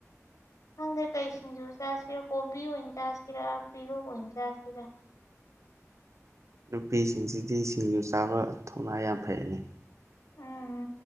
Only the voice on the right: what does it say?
ꯅꯨꯄꯤꯁꯤꯡꯁꯤꯗꯤ ꯁꯤꯡꯖꯨ ꯆꯥꯕ ꯊꯧꯅꯥ ꯌꯥꯝ ꯐꯩꯅꯤ